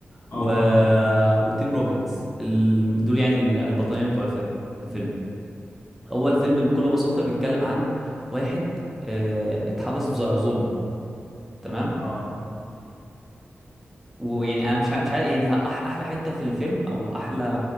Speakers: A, on the left; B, in the centre.
A: اه
B: و...
A: طبعا
B: وتيم روبنز ال... دول يعني ال- البطلين بتوع الفيلم الفيلم هو الفيلم بكل بساطة بيتكلم عن واحد آه، اتحبس بظلم تمام
A: اه
B: ويعني انا مش ع- مش عارف يعني ه- أح- احلى حته في الفيلم او احلى